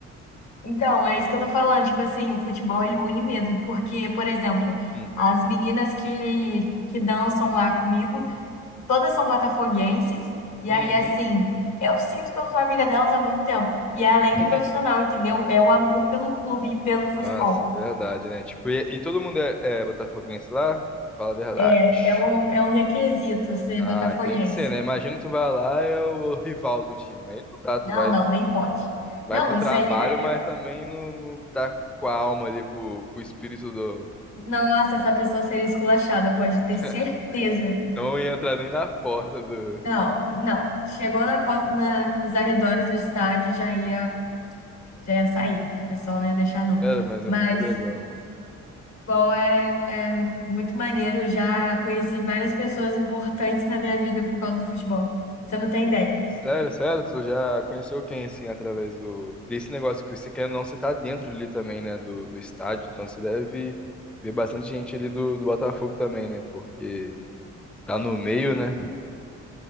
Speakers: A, on the left; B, in the centre.
A: Então, é isso que eu tô falando, tipo assim, o futebol ele une mesmo, porque, por exemplo,
B: Hum.
A: as meninas que, que dançam lá comigo, todas são botafoguenses, e
B: Uhum.
A: aí assim, eu sinto que eu sou amiga delas há muito tempo, e é além
B: <laughs>
A: do profissional, entendeu? É o amor pelo clube e pelo futebol.
B: Nossa, verdade, né? Tipo, e, e todo mundo é, é botafoguense lá? Fala a verdade.
A: É, é um, é um requisito ser
B: Ah,
A: botafoguense.
B: tem que ser, né? Imagina tu vai lá, é o rival do time. Aí não dá, tu
A: Não,
B: vai,
A: não, nem pode.
B: vai
A: Não,
B: pro trabalho,
A: isso aí é.
B: mas também não, não tá com a alma ali, com, com o espírito do.
A: Nossa, essa pessoa seria esculachada, pode
B: <laughs>
A: ter certeza.
B: Não ia entrar nem na porta do.
A: Não, não. Chegou na porta, na, nos arredores do estádio, já ia, já ia sair. O pessoal não ia deixar, não.
B: Cara, mas
A: Mas,
B: é muito legal.
A: bom, é, é muito maneiro. Eu Já conheci várias pessoas importantes na minha vida por causa do futebol. Você não tem ideia.
B: Sério, sério, tu já conheceu quem, assim, através do... desse negócio que você quer ou não, você tá dentro ali também, né, do, do estádio, então você deve ver bastante gente ali do, do Botafogo também, né, porque tá no meio, né?